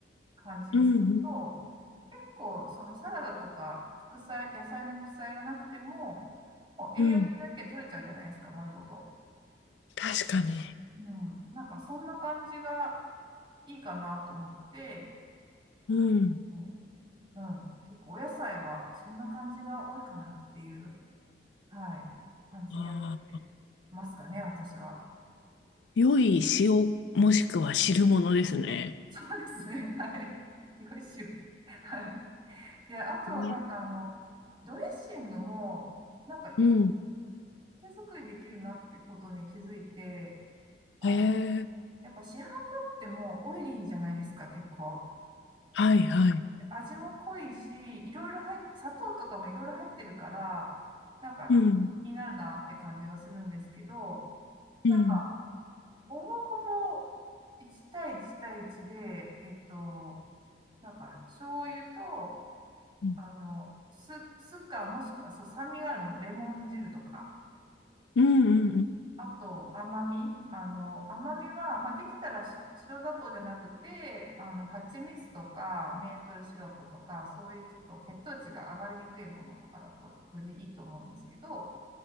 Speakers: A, on the right (about 30°); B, on the left (about 80°).
A: 感じですと、
B: うん。
A: 結構そのサラダとか副菜、野菜の副菜がなくても、もう栄養素だけ取れちゃうじゃないですか、
B: うん。
A: 丸ごと。
B: 確かに。
A: うん。なんかそんな感じがいいかなと思って、
B: うん。
A: うん。うん結構お野菜はそんな感じが多いかなっていう、はい、感じでやってますかね、
B: ああ。
A: 私は。
B: 良い塩もしくは汁物ですね。
A: そうですね、<laughs> はい。よいしょ。はい。で、あと、
B: ね。
A: なんかあの、ドレッシングも、なんかい
B: うん。
A: 手作りできるなってことに気づいて、あ、
B: へえ
A: やっぱ市販のってもうオイリーじゃないですか、結構。
B: はいはい。
A: で味も濃いし、いろいろ入っ、砂糖とかもいろいろ入ってるから、なんか気になるなって感じがするんですけど、
B: うん。うん。
A: なんか、ほぼほぼ1対1対1で、えっと、なんか、醤油と、
B: うん。
A: あの、す酢かもしくは、そう、酸味があるもの、レモン汁とか
B: うん。
A: あと、甘み。あの、甘みは、まあ、できたらし白砂糖じゃなくて、あの、蜂蜜とか、メープルシロップとか、そういうちょっと血糖値が上がりにくいものとかだと、よりいいと思うんですけど、